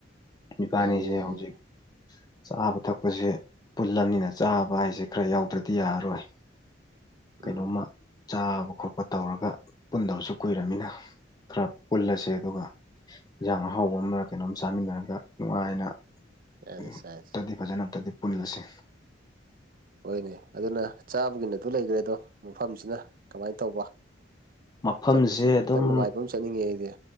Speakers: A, on the left; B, on the right.
A: ꯏꯕꯥꯅꯤꯁꯦ
B: ꯌꯥꯏꯌꯦ ꯌꯥꯏꯌꯦ
A: ꯍꯧꯖꯤꯛ ꯆꯥꯕ ꯊꯛꯄꯁꯦ ꯄꯨꯜꯂꯅꯤꯅ ꯆꯥꯕ ꯍꯥꯏꯁꯦ ꯈꯔ ꯌꯥꯎꯗ꯭ꯔꯗꯤ ꯌꯥꯔꯔꯣꯏ ꯀꯩꯅꯣꯝꯃ
B: ꯎꯝ
A: ꯆꯥꯕ ꯈꯣꯠꯄ ꯇꯧꯔꯒ ꯄꯨꯟꯗꯕꯁꯨ ꯀꯨꯏꯔꯕꯅꯤꯅ ꯈꯔ ꯄꯨꯜꯂꯁꯦ ꯑꯗꯨꯒ ꯌꯦꯟꯁꯥꯡ ꯑꯍꯥꯎꯕ ꯑꯃ ꯀꯩꯅꯣꯝ ꯆꯥꯃꯤꯟꯅꯔꯒ ꯅꯨꯡꯉꯥꯏꯅ
B: ꯌꯥꯏꯌꯦ
A: ꯝ
B: ꯆꯥꯏꯁꯦ
A: ꯇꯗꯤ ꯐꯖꯅ ꯑꯝꯇꯗꯤ ꯄꯨꯜꯂꯁꯤ
B: ꯍꯣꯏꯅꯦ ꯑꯗꯨꯅ ꯆꯥꯕꯒꯤꯅꯠꯇ ꯂꯩꯈ꯭ꯔꯦ ꯑꯗꯣ ꯃꯐꯝꯁꯤꯅ ꯀꯃꯥꯏꯅ ꯇꯧꯕ
A: ꯃꯐꯝꯁꯦ
B: ꯆꯠꯄꯁꯦ
A: ꯑꯗꯨꯝ
B: ꯈꯤꯇꯪ ꯅꯨꯡꯉꯥꯏꯕ ꯑꯃ ꯆꯠꯅꯤꯡꯉꯦ ꯑꯩꯗꯤ